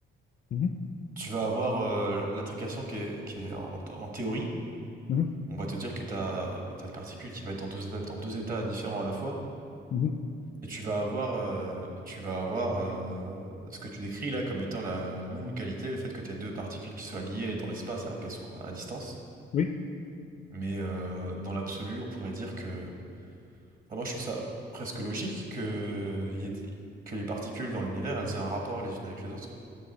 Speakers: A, on the left; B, on the right.
A: mhm,
B: Tu vas avoir euh, l'intrication qui est, qui est en, en théorie.
A: mhm,
B: On va te dire que t'as, t'as une particule qui va être dans deux états, dans deux états différents à la fois.
A: mhm,
B: Et tu vas avoir, euh, tu vas avoir euh, ce que tu décris là comme étant la, la non-localité, le fait que tes deux particules qui soient liées dans l'espace alors qu'elles soient à distance.
A: Oui.
B: Mais euh, dans l'absolu, on pourrait dire que... Enfin, moi, je trouve ça presque logique que, il y ait des- que les particules dans l'univers, elles aient un rapport les unes avec les autres.